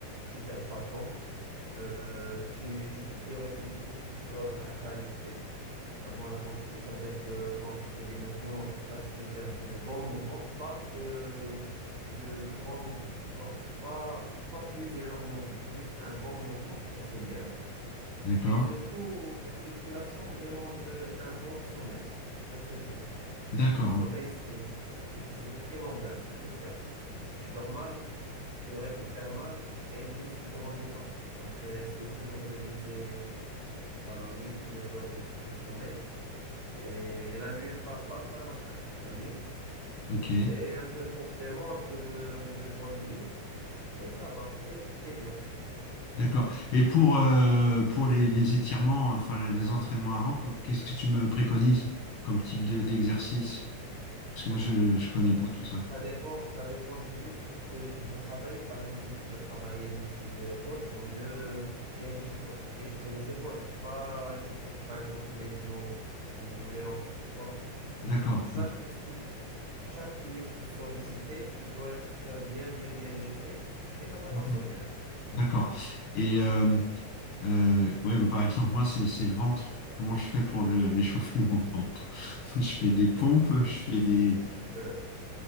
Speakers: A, on the right (about 55°); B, on the left (about 60°).
A: tu perds pas de temps, euh, tu, tu priorises toujours la qualité avant la quantité. Ça veut dire que quand tu fais des mouvements, tâche de faire de bons mouvements, pas de, de grands mouvements, tu vois. Pas, pas plusieurs mouvements, juste un bon mouvement et c'est bien.
B: D'accord?
A: Et surtout, la musculation demande un bon sommeil. Tu vois ce que je veux dire?
B: D'accord,
A: Le sommeil,
B: oui.
A: c'est, c'est primordial, c'est crucial. Si tu dors mal, tu récupères mal et le muscle grandit pas. Donc, euh, essaye toujours de viser ben, huit neuf heures de, de sommeil. Et, et la nuit, hein, pas, pas, pas le matin, la nuit.
B: Ok.
A: Et un peu de complément, un peu de, de bonne bouffe. Et ça va, et t'es bien.
B: D'accord. Et pour, euh, pour les, les étirements, enfin les entraînements avant, que- qu'est-ce que tu me préconises comme type de- d'exercice? Parce que moi, je ne connais
A: Voilà.
B: pas tout ça.
A: Ça dépend, ça dépend du muscle que tu veux travailler. Par exemple, si tu veux travailler les muscles de l'épaule, il faut mieux euh, bien échauffer, échauffer les épaules. Pas échauffer, par exemple, les genoux ou les hanches, tu vois.
B: D'accord.
A: Chaque
B: ok.
A: muscle, chaque muscle sollicité, il doit être euh, bien, bien, bien échauffé et ça va partir
B: D'accord.
A: bien.
B: D'accord. Et euh, euh, ouais, bah, par exemple, moi, c'est, c'est le ventre. Comment je fais pour le- l'échauffer, mon ventre? <laughs> Je fais des pompes, je fais des,
A: Euh,